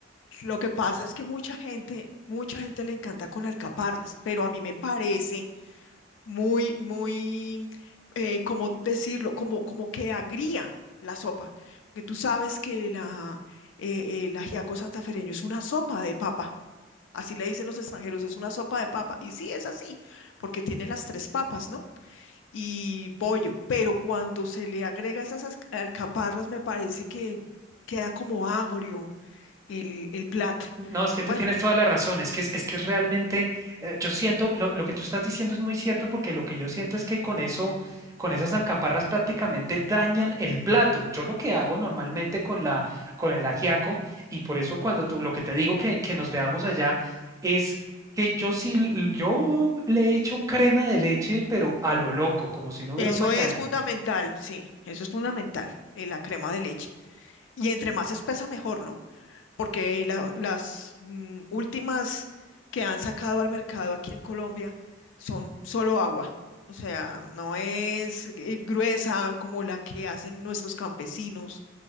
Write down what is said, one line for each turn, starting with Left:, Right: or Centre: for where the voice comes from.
Left: lo que pasa es que mucha gente, mucha gente le encanta con alcaparras, pero a mí me parece muy, muy, eh, ¿cómo decirlo? Como, como que agría la sopa, porque tú sabes que la, eh, el ajiaco santafereño es una sopa de papa, así le dicen los extranjeros, es una sopa de papa, y sí, es así, porque tiene las tres papas, ¿no? Y pollo, pero cuando se le agrega esas as- alcaparras, me parece que queda como agrio el, el plato.
Right: No, es que tú
Left: Bueno,
Right: tienes toda la razón, es que es, es que realmente eh, yo siento lo, lo que tú estás diciendo es muy cierto porque lo que yo siento es que con eso, con esas alcaparras prácticamente dañan el plato. Yo lo que hago normalmente con la con el ajiaco y por eso cuando tú lo que te digo que, que nos veamos allá es que yo sí l- yo le echo crema de leche pero a lo loco, como si no hubiera
Left: eso
Right: un mañana.
Left: es fundamental, sí, eso es fundamental, eh, la crema de leche. Y entre más espesa, mejor, ¿no? Porque la- las mm, últimas que han sacado al mercado aquí en Colombia son solo agua. O sea, no es eh, gruesa como la que hacen nuestros campesinos